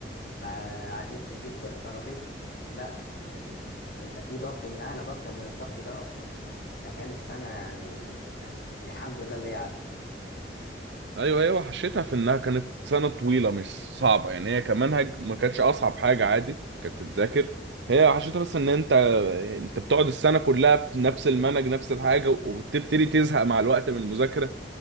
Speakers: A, on the left; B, on the right.
A: فنفسه يجيب د- درجتها لا آه، أنت في ضغط من أهلك أكتر من الضغط ده أصلا فكانت سنة يعني آه، الحمد لله اللي هي عدت
B: ايوه هي وحشتها في انها كانت سنه طويله مش صعبه يعني هي كمنهج ما كانتش اصعب حاجه عادي كانت تتذاكر هي وحشتها بس ان انت انت بتقعد السنه كلها بنفس المنهج نفس الحاجه وبتبتدي تزهق مع الوقت من المذاكره